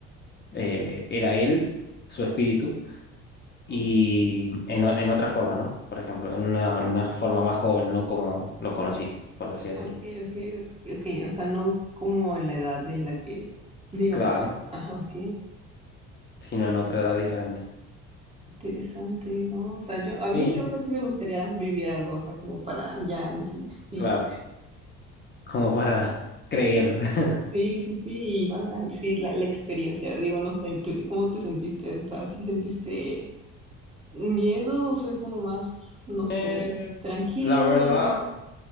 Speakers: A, on the left (about 30°); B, on the right (about 20°).
A: eh, era él, su espíritu y
B: ok,
A: en, o- en otra forma, ¿no? Por ejemplo, en una, una forma más joven, no como lo conocí, por así decirlo.
B: ok, ok, ok, o sea, no como en la edad de la que, digamos,
A: Claro,
B: ajá, ok.
A: sino en otra edad diferente.
B: Interesante, ¿no? O sea, yo, a mí
A: Sí,
B: la verdad sí me gustaría vivir algo, o sea, como para ya decir sí.
A: claro, como para creer.
B: así,
A: <laughs>
B: Sí, sí, sí, y más, ah, sí, la, la experiencia, digo, no sé, te- ¿cómo te sentiste? O sea, ¿sí sentiste miedo o fue como más, no sé,
A: Eh,
B: tranquilo,
A: la verdad,
B: nada?